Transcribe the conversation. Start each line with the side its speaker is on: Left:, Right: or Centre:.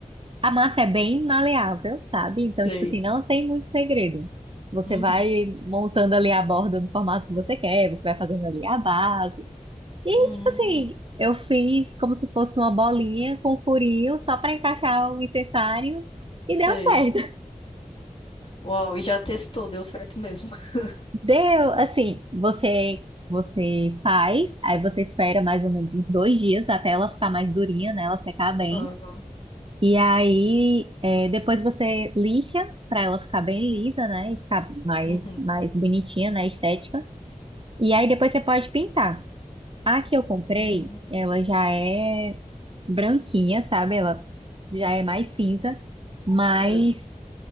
Right: a massa é bem maleável, sabe? Então,
Left: sei.
Right: tipo assim, não tem muito segredo. Você
Left: Uhum,
Right: vai montando ali a borda no formato que você quer, você vai fazendo ali a base. E,
Left: uhum,
Right: tipo assim, eu fiz como se fosse uma bolinha com furinho só para encaixar o incensário e
Left: sei.
Right: deu certo. <laughs>
Left: Uau, e já testou, deu certo mesmo. <laughs>
Right: Deu, assim, você você faz, aí você espera mais ou menos uns dois dias até ela ficar mais durinha, né? Ela secar bem.
Left: Aham,
Right: E aí, é, depois você lixa para ela ficar bem lisa, né? E ficar mais,
Left: Uhum,
Right: mais bonitinha, né? Estética. E aí depois você pode pintar. A que eu comprei,
Left: uhum,
Right: ela já é branquinha, sabe? Ela já é mais cinza, mas
Left: é,